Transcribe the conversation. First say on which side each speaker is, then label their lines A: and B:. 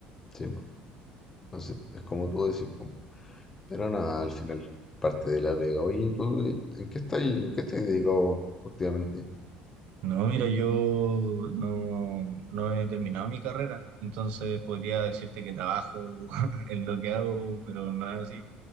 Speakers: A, on the left; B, on the right.
A: sí, po. Entonces, es como tú decís, po. Pero nada, al final, parte de la vega. Oye, ¿y ¿tú eh, en qué estás, en qué estás dedicado últimamente?
B: No, mira, yo no, no he terminado mi carrera, entonces podría decirte que trabajo <laughs> en lo que hago, pero no es así.